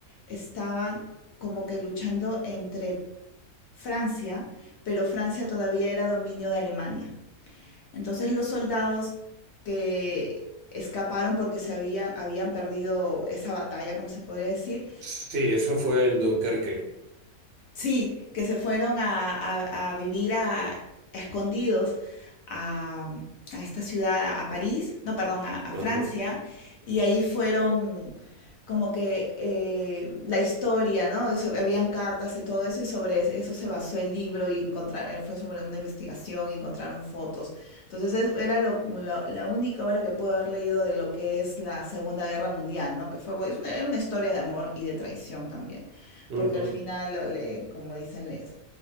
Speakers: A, on the left; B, on the right.
A: estaban como que luchando entre Francia, pero Francia todavía era dominio de Alemania. Entonces los soldados que escaparon porque se habían, habían perdido esa batalla, como se podría decir,
B: Sí, eso fue en Dunkerque.
A: Sí, que se fueron a, a- a vivir a, escondidos a, a esta ciudad, a, a París, no, perdón, a, a
B: Ajá,
A: Francia, y ahí fueron como que eh, la historia, ¿no? Eso- habían cartas y todo eso, y sobre es- eso se basó el libro y encontrar, eh, fue sobre una investigación y encontraron fotos. Entonces es- era lo- lo- la única obra que pude haber leído de lo que es la Segunda Guerra Mundial, ¿no? Que fue, es una- era una historia de amor y de traición también.
B: ujú,
A: Porque al final, le, como dicen, les,